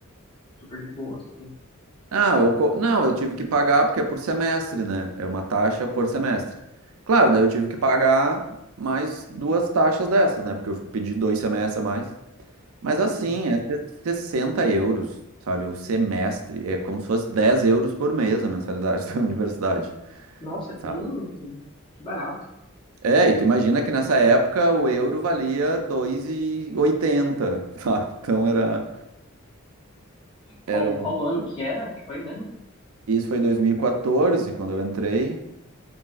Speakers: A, on the left; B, on the right.
A: super de boas, né?
B: Ah, eu, co- não, eu tive que pagar porque é por semestre, né? É uma taxa por semestre. Claro, daí eu tive que pagar mais duas taxas dessas, né? Porque eu pedi dois semestres a mais. Mas
A: Assim.
B: assim, é se- 60 euros, sabe? O semestre. É como se fosse 10 euros por mês a mensalidade <laughs> da universidade,
A: Nossa, que,
B: sabe?
A: que, que barato.
B: É, e tu imagina que nessa época o euro valia dois e oitenta, <laughs> sabe? Então era,
A: Qual,
B: era um...
A: qual ano que era? Que foi mesmo?
B: Isso foi 2014, quando eu entrei.